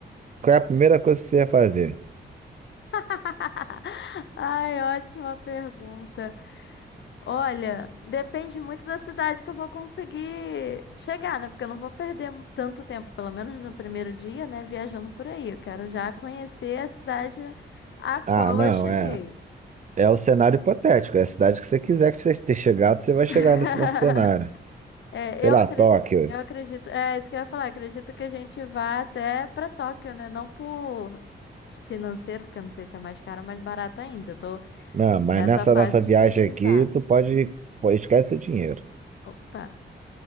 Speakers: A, on the right; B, on the left.
A: Qual é a primeira coisa que você ia fazer?
B: <laughs> Ai, ótima pergunta. Olha, depende muito da cidade que eu vou conseguir chegar, né? Porque eu não vou perder mu- tanto tempo, pelo menos no primeiro dia, né? Viajando por aí. Eu quero já conhecer a cidade a qual
A: Ah, não,
B: eu cheguei.
A: é. É o cenário hipotético, é a cidade que você quiser que você ter chegado, você vai chegar
B: <laughs>
A: nesse nosso cenário.
B: É,
A: Sei
B: eu
A: lá,
B: acredito.
A: Tóquio.
B: Eu acredito, é isso que eu ia falar, acredito que a gente vá até pra Tóquio, né? Não por financeiro, porque eu não sei se é mais caro ou mais barato ainda. Eu tô
A: Não, mas
B: Nessa
A: nessa
B: fase
A: nossa viagem
B: de pesquisar.
A: aqui, tu pode, pô, esquece o dinheiro.
B: Opa.